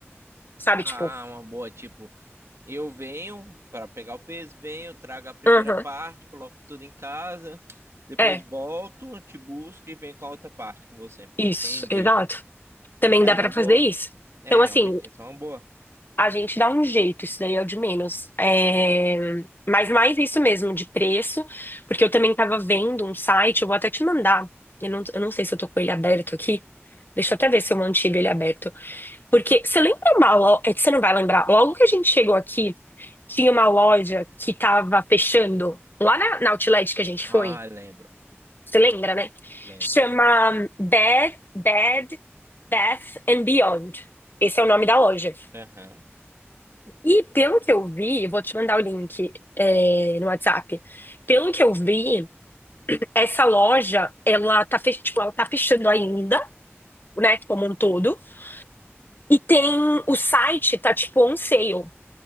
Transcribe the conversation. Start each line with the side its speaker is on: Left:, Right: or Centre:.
Left: sabe?
Right: Ah,
Left: Tipo,
Right: uma boa. Tipo, eu venho para pegar o peso, venho, trago a primeira
Left: aham,
Right: parte, coloco tudo em casa, depois
Left: é,
Right: volto, te busco e venho com a outra parte com você.
Left: isso,
Right: Entendi.
Left: exato. Também
Right: É
Left: dá
Right: uma
Left: pra
Right: boa.
Left: fazer isso.
Right: É,
Left: Então,
Right: realmente,
Left: assim,
Right: essa é uma boa.
Left: A gente dá um jeito, isso daí é o de menos. É, Mas mais isso mesmo, de preço, porque eu também estava vendo um site, eu vou até te mandar. Eu não, eu não sei se eu tô com ele aberto aqui. Deixa eu até ver se eu mantive ele aberto. Porque você lembra uma loja. É que você não vai lembrar. Logo que a gente chegou aqui, tinha uma loja que tava fechando lá na, na Outlet que a gente
Right: Ah,
Left: foi.
Right: lembro,
Left: Você lembra, né?
Right: lembro.
Left: Chama Bed, Bed, Bath and Beyond. Esse é o nome da loja.
Right: Aham.
Left: E pelo que eu vi, vou te mandar o link, é, no WhatsApp. Pelo que eu vi, essa loja, ela tá, fech... tipo, ela tá fechando ainda, né, como um todo. E tem o site, tá tipo on sale.